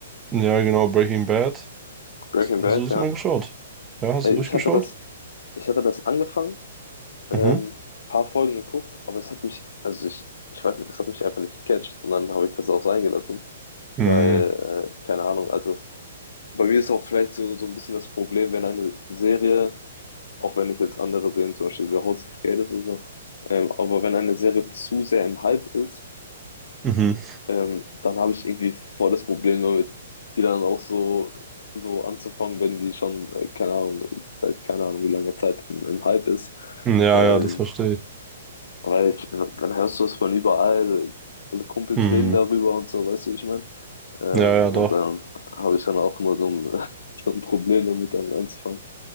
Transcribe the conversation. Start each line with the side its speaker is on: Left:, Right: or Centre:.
Right: ja, genau, Breaking Bad.
Left: Breaking
Right: Hast
Left: Bad,
Right: du das
Left: ja.
Right: mal geschaut? Ja, hast
Left: Äh,
Right: du
Left: Ich
Right: durchgeschaut?
Left: hatte das, ich hatte das angefangen. ähm,
Right: Mhm.
Left: paar Folgen geguckt, aber es hat mich, also ich, ich weiß nicht, es hat mich einfach nicht gecatcht und dann habe ich das auch sein gelassen,
Right: Mhm.
Left: weil, äh, keine Ahnung, also bei mir ist auch vielleicht so, so ein bisschen das Problem, wenn eine Serie, auch wenn ich jetzt andere Serien, zum Beispiel The House of Cards und so, ähm, aber wenn eine Serie zu sehr im Hype ist,
Right: Mhm.
Left: ähm, dann habe ich irgendwie voll das Problem damit, die dann auch so, so anzufangen, wenn die schon, äh, keine Ahnung, seit keine Ahnung, wie lange Zeit im, im Hype ist.
Right: Ja,
Left: Ähm,
Right: ja, das verstehe ich.
Left: Weil ich, dann hörst du es von überall, alle Kumpels
Right: Mhm.
Left: reden darüber und so, weißt du, wie ich meine? Ähm,
Right: Ja, ja,
Left: und
Right: doch.
Left: dann habe ich dann auch immer so ein, <laughs> so ein Problem damit, damit anzufangen.